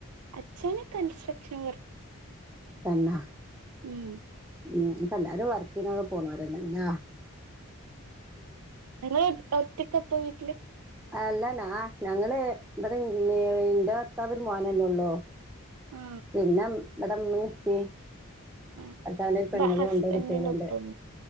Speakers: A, on the right (about 85°); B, in the centre.
A: അച്ഛന് കൺസ്ട്രക്ഷൻ വർക്
B: എന്നാ
A: ഉം
B: മ് ഇപ്പ എല്ലാരും വർക്കിനൊക്കെ പോണോരാല്ലേ ഞ്ഞ
A: എലേ പ്പ ട്ക്കെ പോയ്ട്ണ്ട്
B: അല്ലനാ ഞങ്ങള് ഇബ്ടെ ന് ഇന്റെ ഭർത്താവൊരു മോനല്ലേഒള്ളൂ
A: ആ
B: പിന്നെ ഇടമ്മീപ്പി
A: ആ
B: ഭർത്താവിൻ്റെ ഒരു പെങ്ങളുഒണ്ട്
A: ഹസ്ബൻഡിന്റെ
B: കുട്ടികളുഒണ്ട്
A: ഒപ്പം